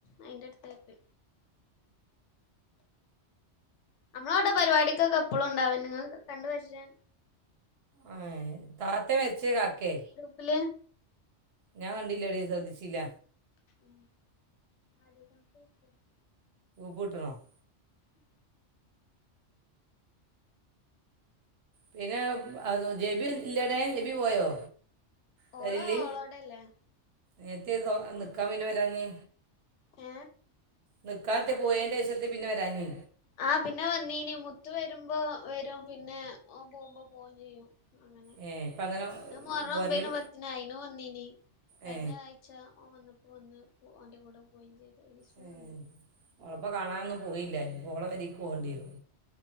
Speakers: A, on the left (about 80°); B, on the right (about 65°).
A: അയിന്റെ അടുത്തായിട്ട് നമ്മള അവിടെ പരിപാടിക്കൊക്കെപ്പളും ഉണ്ടാവൻ നിങ്ങ കണ്ട് പരിചയ
B: ആ താത്ത മരിച്ച കാക്കെ
A: പില
B: ഞാൻ കണ്ടില്ലാ ശ്രദ്ധിച്ചില്ല
A: ഉ അതം ശ <inaudible>
B: പ്പട്ടറോ <unintelligible>
A: ഉം
B: പിന്നെ അ ജെബി ഇല്ലട ജെബി പോയോ പെരില്
A: ഓള് ഓളോടല്ലേ
B: നേത്തെോ നിിക്കാൻ പിന്നെ വരാഞ്ഞീ
A: ഏ
B: നിക്കാകത്ത് പോയേന്റെശത്ത് പിന്നെവരാഞ്
A: ആഹ് പിന്നെ വന്നീനി മുത്ത് വരുമ്പോവരും പിന്നെ ഓൻ പോവുമ്പോ പോവയും ചെയ്യും അങ്ങനെ
B: ഏ ഇപ്പം അങ്ങനെ
A: ഞാ മോറ
B: പോരല്
A: ഒമ്പനും പത്തിന അയിനും വന്നീ കയിഞ്ഞ
B: ഏ
A: ആഴ് ച്ചാ ഓൻ വന്നപ്പോ വന്ന് ഓൻ്റെ കൂടെ പോയിംചെയ്ത് വിഷുവന്ന്
B: ഏ. ഓളപ്പം കാണാനൊന്നും പോയില്ല ഇഞ്പ്പൊ ഓളപെരീക്ക് പോണ്ടിരും